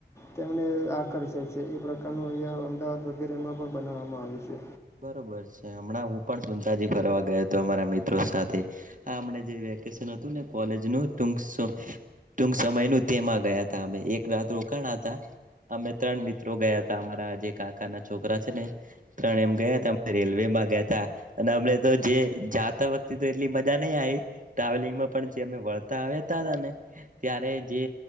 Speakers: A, on the left (about 15°); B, on the right (about 50°).
A: તેમને આકર્ષે છે એ પ્રકારનું અહિયાં અમદાવાદ વગેરેમાં પણ બનાવવામાં આવ્યું છે.
B: બરોબર છે હમણાં હું પણ સુનઢાજી ફરવા ગયો હતો અમારા મિત્રો સાથે આ હમણા જે વેક કેશન હતું ને કોલેજ નું ટૂંક સુ ટૂક સમયનું તેમાં ગયા હતા અમે એ રાત્ર રોકાણ હતા અમે ત્રણ મિત્રો ગયા હતા અમારા જે કાકા ના છોકરા છે ને ત્રણ એમ ગયા તા અમે રેલવે માં ગ્યા તા અને અમે તો જે જાતા વખતે તો એટલી મજા નઈ આઈ ટ્રાવેલિંગમાં પણ જે અમે વળતા આવ્યા તા તા ને ત્યારે જે